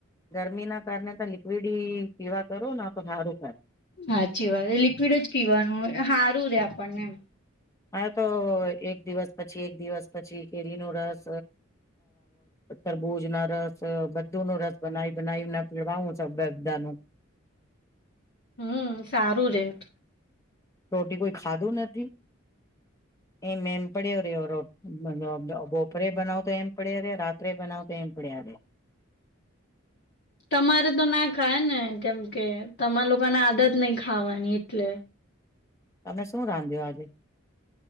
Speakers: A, on the left; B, on the left.
A: ગરમી ના કારણે તો લિક્વિડ પીવા કરો ના તો હારો.
B: હાચી વાત લિક્વિડ જ પીવાનું સારું રે આપણને એમ.
A: હ તો એક દિવસ પછી એક દિવસ પછી કેરી ન રસ તરબૂજ ના રસ. બધું નો રસ બનાવી. બનાવીને પીવાું છ બધાનું
B: હમ સારું રેટ
A: રોટી કોઈ ખાધું નથી. એ મેમ પડ્યો ર્યો્યો રો બોપરે બનાવ તો એમ પડે રાત્રે બનાવ તો એમ પડ્યા રે.
B: તમારે તો ના ખાય ને કેમ કે તમા લોકોને આદત નહી, ખાવાની એટલે
A: તમે શું રાંધ્યો આજે?